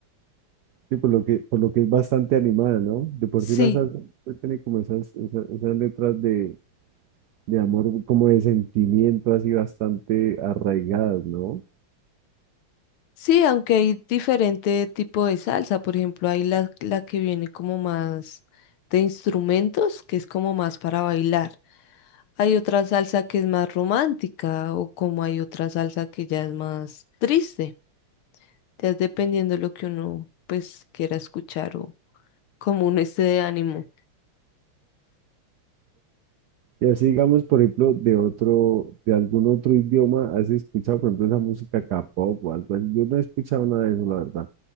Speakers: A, on the right (about 75°); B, on the left (about 75°).
A: sí, por lo que, por lo que es bastante animada, ¿no? De por
B: sí,
A: sí la salsa pues, tiene como esas, esas, esas letras de, de amor, como de sentimiento, así bastante arraigadas, ¿no?
B: sí, aunque hay diferente tipo de salsa, por ejemplo, hay la, la que viene como más de instrumentos, que es como más para bailar. Hay otra salsa que es más romántica o como hay otra salsa que ya es más triste, ya es dependiendo de lo que uno pues quiera escuchar o como uno esté de ánimo.
A: Y así, digamos, por ejemplo, de otro, de algún otro idioma, ¿has escuchado, por ejemplo, esa música K-pop o algo así? Yo no he escuchado nada de eso, la verdad,